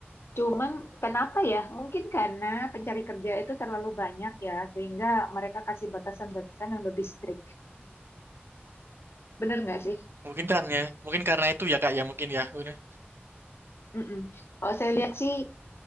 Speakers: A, on the left; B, on the right.
A: Cuman kenapa ya? Mungkin karena pencari kerja itu terlalu banyak ya, sehingga mereka kasih batasan-batasan yang lebih strict. Bener nggak sih?
B: Mungkin karena mungkin karena itu ya Kak ya mungkin ya. Udah.
A: Mm-mm. Kalau saya lihat sih